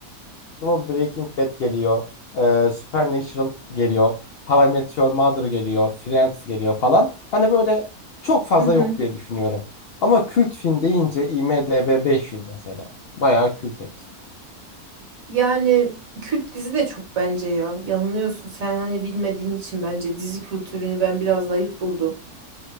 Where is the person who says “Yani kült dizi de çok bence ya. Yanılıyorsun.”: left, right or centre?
Right